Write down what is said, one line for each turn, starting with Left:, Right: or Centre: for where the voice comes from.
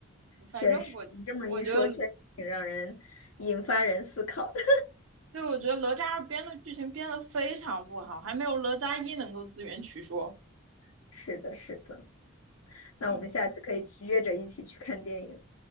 Right: 反正我我觉得，
Left: 确实，你这么一说，确实挺让人引发人思考的。
Right: 对，我觉得哪吒二编的剧情编的非常不好，还没有哪吒一能够自圆其说。
Left: <laughs> 是的，是的。那我们下次可以去约着一起去看电影。
Right: 嗯，